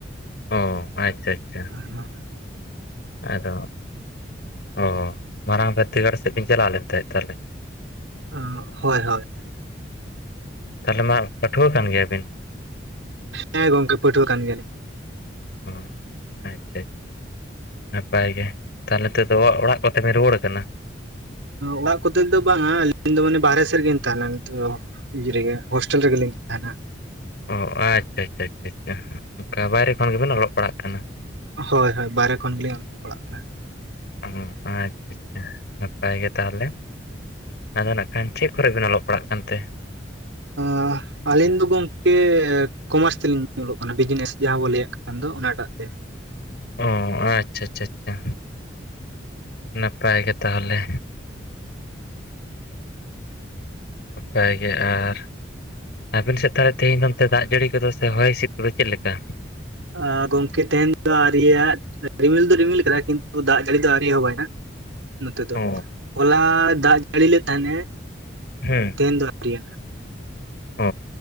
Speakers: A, on the left (about 60°); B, on the right (about 85°).
A: ᱚ ᱟᱪᱪᱷᱟ ᱪᱷᱟ ᱪᱷᱟ᱾
B: ᱦ <unintelligible>
A: ᱟᱫᱚ, ᱚ ᱢᱟᱨᱟᱝ ᱵᱤᱫᱽᱫᱟᱹᱜᱟᱲ ᱥᱮᱫ ᱵᱤᱱ ᱪᱟᱞᱟᱣ ᱞᱮᱱ ᱛᱟᱦᱮᱸᱫ ᱛᱟᱦᱚᱞᱮ?
B: ᱚ ᱦᱳᱭ ᱦᱳᱭ᱾
A: ᱛᱟᱦᱚᱞᱮ ᱢᱟ ᱯᱟᱹᱴᱷᱩᱣᱟᱹ ᱠᱟᱱ ᱜᱮᱭᱟ ᱵᱤᱱ?
B: ᱦᱮᱸ, ᱜᱚᱝᱠᱮ ᱯᱟᱹᱴᱷᱩᱣᱟᱹ ᱠᱟᱱ ᱜᱮᱭᱟᱞᱤᱧ᱾
A: ᱚ ᱟᱪᱪᱷᱟ ᱟᱪᱪᱷᱟ ᱱᱟᱯᱟᱭ ᱜᱮ᱾ ᱛᱟᱦᱚᱞᱮ ᱱᱤᱛᱚᱜ ᱫᱚ ᱚ ᱚᱲᱟᱜ ᱠᱚᱛᱮ ᱵᱮᱱ ᱨᱩᱣᱟᱹᱲ ᱟᱠᱟᱱᱟ?
B: ᱚᱲᱟᱜ ᱠᱚᱛᱮ ᱫᱚ ᱵᱟᱝᱟ, ᱟᱹᱞᱤᱧ ᱫᱚ ᱢᱟᱱᱮ ᱵᱟᱦᱨᱮ ᱥᱮᱫ ᱨᱮᱜᱤᱧ ᱛᱟᱦᱮᱸᱱᱟ ᱱᱤᱛᱚᱜ ᱫᱚ ᱾ ᱤᱭᱟᱹ ᱨᱮᱜᱮ ᱦᱳᱥᱴᱮᱞ ᱨᱮᱜᱮ ᱞᱤᱝ ᱛᱟᱦᱮᱸᱱᱟ᱾
A: ᱚ ᱟᱪᱪᱷᱟ ᱪᱷᱟ ᱪᱷᱟ ᱪᱷᱟ ᱚᱝᱠᱟ ᱵᱟᱭᱨᱮ ᱠᱷᱚᱱ ᱜᱮᱵᱮᱱ ᱚᱞᱚᱜ ᱯᱟᱲᱦᱟᱜ ᱠᱟᱱᱟ᱾
B: ᱦᱳᱭ ᱦᱳᱭ, ᱵᱟᱦᱨᱮ ᱠᱷᱚᱱ ᱜᱮᱞᱤᱧ ᱚᱞᱚᱜ ᱯᱟᱲᱦᱟᱜ ᱠᱟᱱᱟ᱾
A: ᱚ ᱟᱪᱪᱷᱟ ᱪᱷᱟ ᱱᱟᱯᱟᱭ ᱜᱮ ᱛᱟᱦᱞᱮ᱾ ᱟᱫᱚ ᱱᱟᱜᱼᱠᱷᱟᱱ ᱪᱮᱫ ᱠᱚᱨᱮ ᱵᱮᱱ ᱚᱞᱚᱜ ᱯᱟᱲᱦᱟᱜ ᱠᱟᱱᱛᱮ?
B: <inaudible> ᱟᱹᱞᱤᱧ ᱫᱚ ᱜᱚᱝᱠᱮ ᱠᱚᱢᱟᱨᱥ ᱛᱮᱞᱤᱧ ᱚᱞᱚᱜ ᱠᱟᱱᱟ ᱵᱤᱡᱱᱮᱥ ᱡᱟᱦᱟᱸ ᱵᱚᱱ ᱞᱟᱹᱭᱮᱫ ᱠᱟᱱ ᱫᱚ ᱚᱱᱟᱴᱟᱜ ᱛᱮ᱾
A: ᱚ ᱟᱪᱪᱷᱟ ᱪᱷᱟ ᱪᱷᱟ, ᱱᱟᱯᱟᱭ ᱜᱮ ᱛᱟᱦᱚᱞᱮ᱾ ᱱᱟᱯᱟᱭ ᱜᱮ ᱟᱨ ᱟᱹᱵᱤᱱ ᱥᱮᱫ ᱛᱟᱦᱚᱞᱮ ᱛᱮᱦᱮᱧ ᱫᱚ ᱚᱱᱛᱮ ᱫᱟᱜ ᱡᱟᱹᱲᱤ ᱠᱚᱫᱚ ᱥᱮ ᱦᱚᱭ ᱦᱤᱸᱥᱤᱫ ᱠᱚᱫᱚ ᱪᱮᱫ ᱞᱮᱠᱟ?
B: ᱟ ᱜᱚᱢᱠᱮ ᱛᱮᱦᱮᱸᱧ ᱫᱚ ᱟᱹᱣᱨᱤᱭᱟᱜ ᱨᱤᱢᱤᱞ ᱫᱚ ᱨᱤᱢᱤᱞ ᱠᱟᱫᱟᱭ ᱠᱤᱱᱛᱩ ᱫᱟᱜ ᱡᱟᱹᱲᱤ ᱫᱚ ᱟᱹᱨᱣᱤ ᱮᱦᱚᱸᱵᱟᱭ ᱦᱟᱸᱜ᱾ ᱱᱚᱛᱮ ᱫᱚ
A: ᱚ
B: ᱦᱚᱞᱟ ᱫᱟᱜ ᱡᱟᱹᱲᱤ ᱞᱮ ᱛᱟᱦᱮᱸᱱᱮ᱾
A: ᱦᱩᱸ᱾
B: ᱛᱮᱦᱮᱧ ᱫᱚ <unintelligible>
A: ᱚ